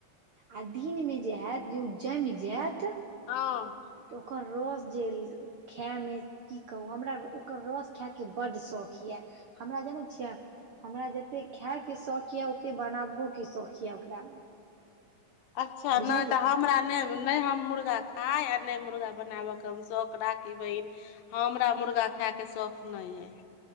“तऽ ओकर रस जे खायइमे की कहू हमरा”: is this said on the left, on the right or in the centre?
Right